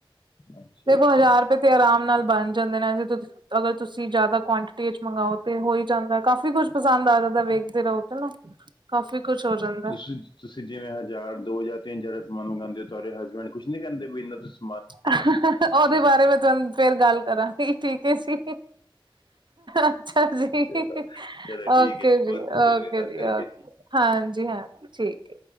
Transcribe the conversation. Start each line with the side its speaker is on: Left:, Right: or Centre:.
Left: ਅੱਛਾ
Right: ਦੇਖੋ
Left: ਅੱਛਾ
Right: ਹਜ਼ਾਰ ਰੁਪਏ ਤੇ ਆਰਾਮ ਨਾਲ ਬਣ ਜਾ, ਜਾਂਦੇ ਨੇ ਅਗਰ ਤੁਸੀ, ਤੁਸੀਂ ਜ਼ਿਆਦਾ ਕੁਆਂਟਿਟੀ ਵਿੱਚ ਮੰਗਓ ਤੇ ਹੋ ਹੀ ਜਾਂਦਾ ਕਾਫੀ ਕੁੱਛ ਪਸੰਦ ਆ ਜਾਂਦਾ ਵੇਖ ਫਿਰ ਔ ਚ ਨਾ, ਕਾਫੀ ਕੁਛ ਹੋ ਜਾਂਦਾ।
Left: ਤੁਸੀਂ ਤੁਸੀਂ ਜਿਵੇਂ ਹਜ਼ਾਰ ਦੋ ਜਾਂ ਤਿੰਨ ਹਜ਼ਾਰ ਸਮਾਨ ਮੰਗਵਾਦੇ ਹੋ ਤੁਹਾਡੇ ਹਸਬੈਂਡ ਕੁਛ ਨੀ ਕਹਿਦੇ ਵੀ ਇੰਨਾ ਤੁ
Right: ਉਹਦੇ ਬਾਰੇ ਮ ਫੇਰ ਗੱਲ ਕਰਾਂਗੇ ਠੀਕ ਹੈ ਜੀ ਅੱਛਾ ਜੀ
Left: ਚਲੋ ਚਲੋ ਠੀਕ
Right: ਓਕੇ
Left: ਹੈ
Right: ਜੀ
Left: ਬਹੁਤ ਵਧੀਆ
Right: ਓਕੇ
Left: ਲੱਗਾ ਗੱਲ
Right: ਜੀ
Left: ਕਰਕੇ
Right: ਓਕੇ ਹਾਂਜੀ ਹਾਂ। ਠੀਕ ਹੈ,